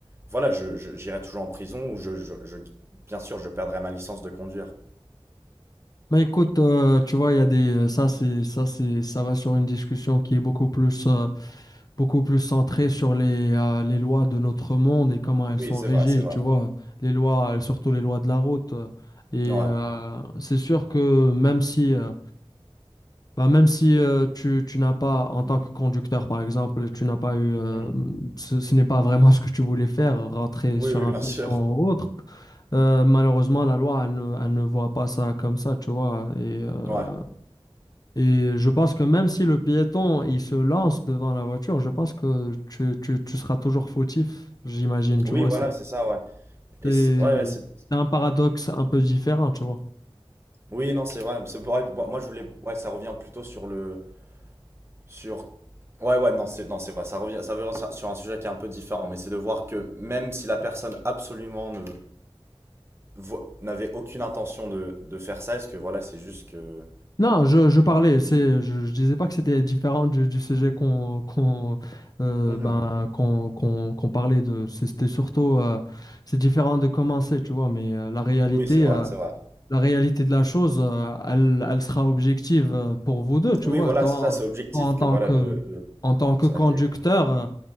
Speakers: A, on the right; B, on the left.
A: voilà, je, je- j'irai toujours en prison ou je, je, je- bien sûr, je perdrai ma licence de conduire.
B: Mais écoute, euh, tu vois, il y a des, ça c'est, ça c'est, ça va sur une discussion qui est beaucoup plus. euh, beaucoup plus centré sur les, euh, les lois de notre monde et comment elles
A: Oui,
B: sont
A: c'est
B: régies,
A: vrai, c'est vrai.
B: tu vois, les lois, surtout les lois de la route. euh, Et
A: Ouais.
B: euh, c'est sûr que même si, euh, bah, même si euh, tu, tu n'as pas, en tant que conducteur par exemple, tu n'as pas eu, euh,
A: Mhm.
B: ce, ce n'est pas vraiment <laughs> ce que tu voulais faire, rentrer
A: Oui,
B: sur
A: oui,
B: un
A: bien
B: piéton
A: sûr.
B: ou autre, euh, malheureusement, la loi, elle ne, elle ne voit pas ça comme ça, tu vois. Et euh,
A: Ouais.
B: et je pense que même si le piéton, il se lance devant la voiture, je pense que tu, tu, tu seras toujours fautif, j'imagine, tu
A: Oui,
B: vois.
A: voilà,
B: C'est
A: c'est ça, ouais. Et
B: c'est-
A: c'est- ouais, ouais, c'est-
B: c'est un paradoxe un peu différent, tu vois.
A: Oui, non, c'est vrai. C'est vrai. Moi, moi, je voulais. Ouais, ça revient plutôt sur le. Sur. Ouais, ouais, non, c'est non, c'est vrai. Ça revient, ça revient sur un sujet qui est un peu différent, mais c'est de voir que même si la personne absolument ne vo- n'avait aucune intention de, de faire ça, est-ce que voilà, c'est juste que.
B: Non, je, je parlais, c'est, je, je disais pas que c'était différent du, du sujet qu'on qu'on euh,
A: Mhm.
B: ben, qu'on qu'on qu'on parlait de. c'est- C'était surtout, euh, c'est différent de commencer, tu vois, mais euh, la réalité,
A: Oui, c'est vrai,
B: euh,
A: c'est vrai.
B: la réalité de la chose, euh, elle, elle sera objective euh, pour vous deux, tu
A: Oui,
B: vois.
A: voilà,
B: Toi,
A: c'est
B: en
A: ça, c'est objectif
B: toi, en tant
A: que voilà
B: que,
A: le, le-
B: en tant que
A: ça
B: conducteur,
A: a été.
B: euh,